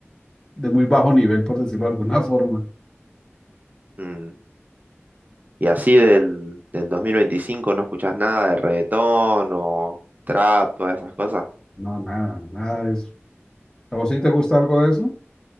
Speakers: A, on the left; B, on the right.
A: de muy bajo nivel, por decirlo de alguna <laughs> forma.
B: Mm. Y así del, del 2025 no escuchás nada de reggaetón o trap, todas esas cosas.
A: No, nada, nada de eso. ¿A vos sí te gusta algo de eso?